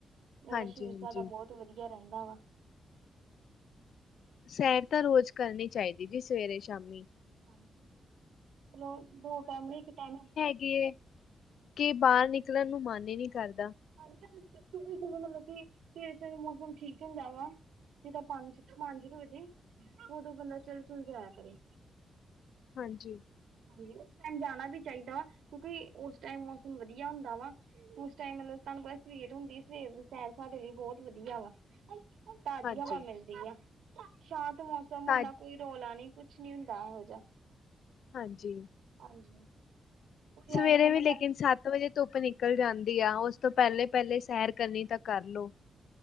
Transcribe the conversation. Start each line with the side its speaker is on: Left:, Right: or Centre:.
Right: ਇਹਨਾਸ਼ੀਰ
Left: ਹਾਂਜੀ ਹਾਂਜੀ
Right: ਸਾਡਾ ਬਹੁਤ- ਤੋਂ ਵਧੀਆ ਰਹਿੰਦਾ ਵਾ।
Left: ਸੈਰ ਤਾਂ ਰੋਜ਼ ਕਰਨੀ ਚਾਹੀਦੀ ਜੀ ਸਵੇਰੇ ਸ਼ਾਮੀ।
Right: ਹਾਂਜੀੋ ਦੋ ਫੈਮਲੀ ਇੱਕ ਟਾਈਮਿੰਗ
Left: ਗ <unintelligible> ਕਿ ਬਾਹਰ ਨਿਕਲਣ ਨੂੰ ਮਨ ਹੀ ਨਹੀਂ ਕਰਦਾ।
Right: <unintelligible> ਮਤਲਬ ਕਿ ਸਵੇਰੇ ਸਵੇਰੇ ਮੌਸਮ ਠੀਕ ਹੁੰਦਾ ਵਾ ਜਦਾ ਪੰਜ ਪੰਜ ਕੇ ਵਜੇ ਉਦੋਂ ਬੰਦਾ ਚੱਲ ਚੁਲ ਜਾਇਆ ਕਰੇ।
Left: ਹਾਂਜੀ,
Right: ਹਾਂਜੀ ਉਸ ਟਾਈਮ ਜਾਣਾ ਵੀ ਚਾਹੀਦਾ ਵਾ ਕਿਉਂਕਿ ਉਸ ਟਾਈਮ ਮੌਸਮ ਵਧੀਆ ਹੁੰਦਾ ਵਾ ਉਸ ਟਾਈਮ ਮਤਲਬ ਤੁਹਾਨੂੰ ਪਤਾ ਸਵੇਰ ਹੁੰਦੀ ਸਵੇਰ ਦੀ ਸੈਰ ਸਾਡੇ ਲਈ ਬਹੁਤ ਵਧੀਆ ਵਾ। ਤਾਜ਼ੀ
Left: ਹਾਂਜੀ
Right: ਹਵਾ ਮਿਲਦੀ ਆ ਸ਼ਾਂਤ ਮੌਸਮ ਹੁੰਦਾ
Left: ਘੱਟ
Right: ਕੋਈ। ਰੋਲਾ ਨੀ ਕੁੱਛ ਨੀ ਹੁੰਦਾ ਇਹੋ ਜਿਹਾ
Left: ਹਾਂਜੀ,
Right: ਹਾਂਜੀ, ਕੋਈ ਇਹੋ
Left: ਸਵੇਰੇ
Right: ਜਿਹਾ
Left: ਵੀ
Right: ਮਤਲਬ
Left: ਲੇਕਿਨ ਸੱਤ ਵਜੇ ਧੁੱਪ ਨਿਕਲ ਜਾਂਦੀ ਆ ਉਸ ਤੋਂ ਪਹਿਲੇ ਪਹਿਲੇ ਸੈਰ ਕਰਨੀ ਤਾਂ ਕਰਲੋ